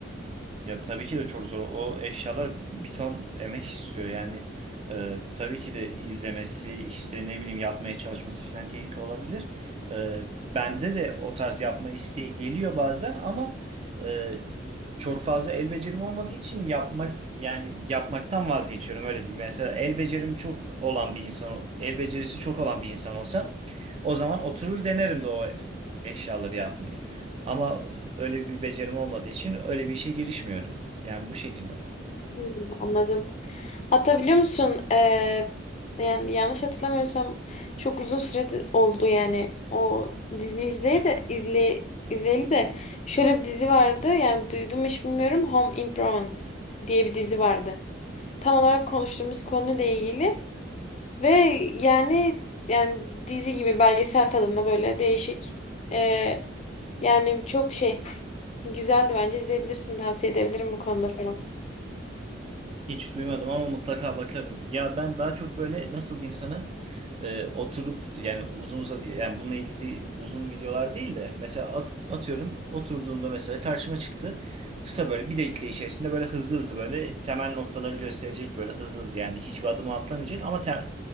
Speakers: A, on the right; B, on the left.
A: Ya tabii ki de çok zor. O eşyalar bir ton emek istiyor. Yani e, tabii ki de izlemesi, işte ne bileyim yapmaya çalışması falan keyifli olabilir. E, bende de o tarz yapma isteği geliyor bazen ama e, çok fazla el becerim olmadığı için yapmak yani yapmaktan vazgeçiyorum öyle diyeyim. Mesela el becerim çok olan bir insan, el becerisi çok olan bir insan olsa o zaman oturur denerim de o eşyaları yapmayı. Ama Öyle bir becerim olmadığı için öyle bir işe girişmiyorum. Yani bu şekilde.
B: Hmm, Anladım. Hatta biliyor musun eee, yani yanlış hatırlamıyorsam çok uzun süre de- oldu yani o dizi izleyeli de izle, izleyeli de şöyle bir dizi vardı yani duydum mu hiç bilmiyorum Home Improvement diye bir dizi vardı. Tam olarak konuştuğumuz konuyla ilgili ve yani yani dizi gibi belgesel tadında böyle değişik eee, yani çok şey güzeldi bence izleyebilirsin tavsiye edebilirim bu konuda sana.
A: Hiç duymadım ama mutlaka bakarım. Ya ben daha çok böyle nasıl diyeyim sana? e, oturup yani uzun uzadı yani bununla ilgili uzun videolar değil de mesela at- atıyorum oturduğumda mesela karşıma çıktı. Kısa böyle bir dakika içerisinde böyle hızlı hızlı böyle temel noktaları gösterecek böyle hızlı hızlı yani hiçbir adımı atlamayacak ama te-